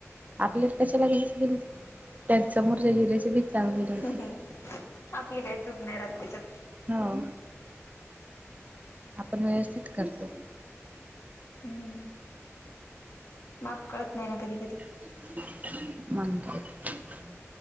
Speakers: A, on the right; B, on the left.
A: आपल्याला कशाला कायचगेल त्या समोरच्या ज रेसिपी चांगली राहायची
B: आपली काही चूक नाही राहात त्याच्यात
A: हा <inaudible> आपण व्यवस्थित करतो <inaudible>
B: हम्म <inaudible> माप कळत नाही ना कधी कधी
A: मंदबदक <inaudible>